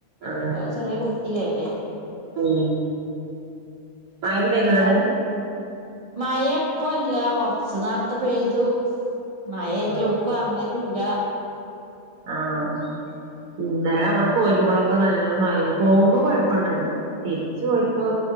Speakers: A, on the right; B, on the right.
A: അങ്ങനെ
B: ഇപ്പൊ ചെറിയ കു ട്ടിയല്ലേ
A: ഉം മഴ
B: ഒന്നിനും
A: ഇണ്ടായിന്നോ
B: പിന്നെർ
A: അവിടെ
B: മയപ്പൊല്ല കൊർച്ച് നേർത്തെ പെയ്തു മയായിട്ട്
A: ആഹ്
B: എവ്ട്ക്കും എർങ്ങലൂല്ല
A: ആഹ് ഇന്നലെ ഞങ്ങള് പോരുമ്പോളൊക്കെ നല്ല മയേയ്ന് പോകുമ്പോ കൊയ്‌പ്പൊണ്ടായ്ന്നീല തിര്ച്ച് പോരുമ്പോ